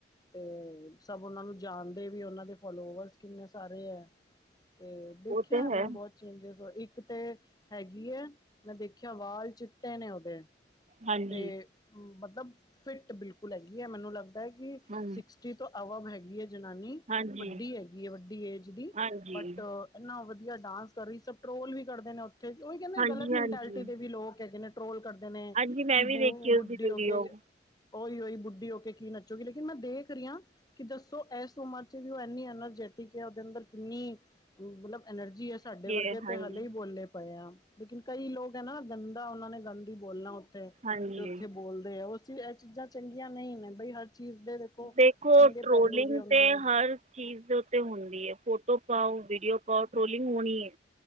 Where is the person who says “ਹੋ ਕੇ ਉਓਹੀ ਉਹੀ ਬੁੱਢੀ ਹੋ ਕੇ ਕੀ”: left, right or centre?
Left